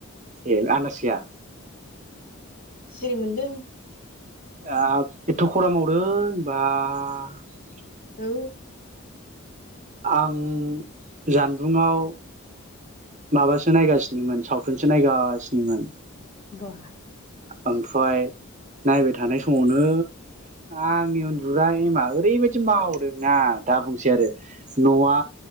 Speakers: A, on the right; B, on the left.
A: ए आनदास गैया?
B: सिरि मोनदों।
A: ओ एथ' खरा मावदों बाह
B: औ
A: आं जानबुंङाव माबासो नायगासिनोमोन सावथुनसो नायगासिनोमोन।
B: बा
A: ओमफ्राय नायबाय थानाय समावनो आंनि उन्दुग्रा एमा ओरैबायदि मावदोंना दा बुंसै आरो न'आ